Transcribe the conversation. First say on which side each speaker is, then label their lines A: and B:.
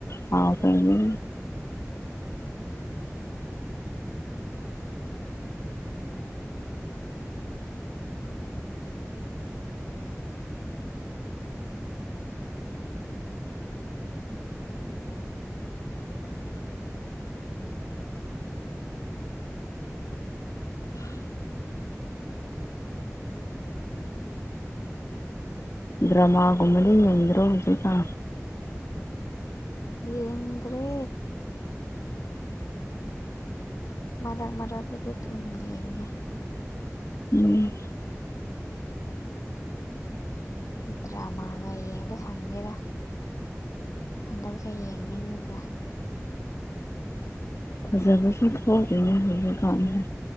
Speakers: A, on the left; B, on the left.
A: ꯍꯥꯎꯒ꯭ꯔꯅꯤ
B: <inaudible>
A: ꯗ꯭ꯔꯃꯥꯒꯨꯝꯃꯂꯤ ꯌꯦꯟ꯭ꯔꯣ ꯍꯧꯖꯤꯗ
B: ꯌꯦꯗ꯭ꯔꯦ ꯃꯔꯛ ꯃꯔꯥꯛꯛꯇꯗꯤ ꯑꯗꯨꯝ ꯌꯦꯡꯉꯦ
A: ꯎꯝ
B: ꯗ꯭ꯔꯃꯒ ꯌꯦꯡꯕ ꯁꯪꯗꯦꯗ ꯍꯟꯗꯛꯁꯦ ꯌꯦꯡꯅꯤꯡꯕꯗ
A: ꯐꯖꯕꯁꯨ ꯊꯣꯛꯒꯅꯤ ꯍꯥꯏꯕ ꯀꯥꯟꯅ